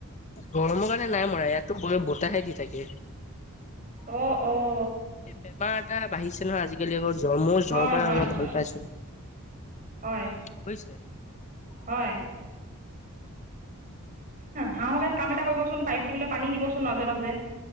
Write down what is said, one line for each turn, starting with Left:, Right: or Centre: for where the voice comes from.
Left: গৰমৰ কাৰণে নাই মৰা ইয়াতো বতাহে দি থাকে।
Right: অ', অ'।
Left: এই বেমাৰ এটা বাঢ়িছে নহয়, আজিকালি আকৌ জ্ব, মোৰ
Right: হয়
Left: জ্বৰৰ পৰা
Right: হয়
Left: অলপ
Right: হয়
Left: ভাল পাইছো।
Right: হয়,
Left: বুজিছে
Right: হয়। হাঁহৰ গাত কাম এটা কৰিবচোন, পাইপ দি পেলে পেলাই পানী দিব চোন মাজে মাজে।